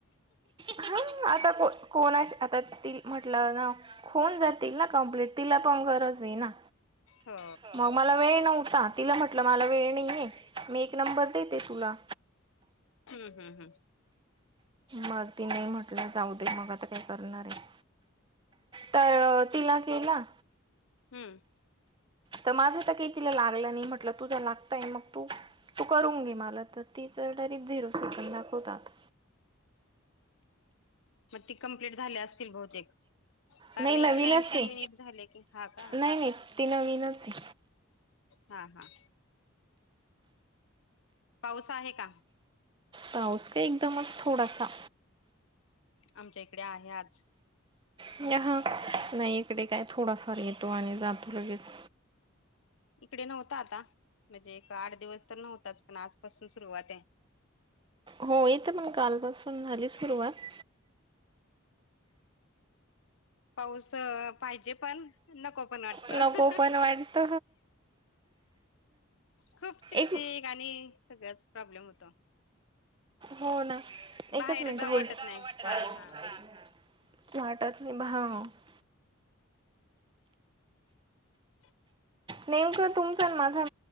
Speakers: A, on the right (about 25°); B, on the left (about 65°).
A: हा आता को कोणाशी आता त म्हटलं ना होऊन जातील ना कंप्लीट तिला पण गरज आहे ना
B: हो.
A: मग मला वेळ नव्हता तिला म्हटलं मला वेळ नाही आहे मी एक नंबर देते तुला
B: हम्म हम्म हम्म
A: मग ती नाही म्हटलं जाऊ दे मग आता काय करणार आहे तर तला केला
B: हम्म
A: तर माझं तर काही तिला लागलं नाही म्हटलं तुझं लागतंय मग तू तू करून घे मला तर तीच डायरेक्ट झिरो सेकंड दाखवतात
B: मग ती कंम्प्लीट झाली असतील बहुतेक कारण
A: नाही
B: एकशेऐंशी
A: नवीनच आहे.
B: मिनिट झाले की हा का
A: नाही नाही ती नवीनच आहे.
B: हा हा पावस आहे का
A: पाऊस का एकदमच थोडासा
B: आमच्या इकडे आहे आज
A: म्हणज हा नाही इकडे काय थोडाफार येतो आणि जातो लगेच
B: इकडे नव्हता आता म्हणजे एक आठ दिवस तर नव्हताच पण आजपासून सुरुवात आहे
A: हो येत पण कालपासून झाली सुरुवात
B: पाऊस पाहिजे पण नको पण वाटत.
A: नको पण वाटत
B: खूप चिक
A: एक
B: चिक आणि सगळ्याच प्रॉब्लेम होतो.
A: हो ना
B: बाहेर
A: एकच मिनिट
B: जाऊ
A: होलड.
B: वाटत नाही हा हा
A: <unintelligible>
B: <inaudible>
A: नेमकं तुमचा माझा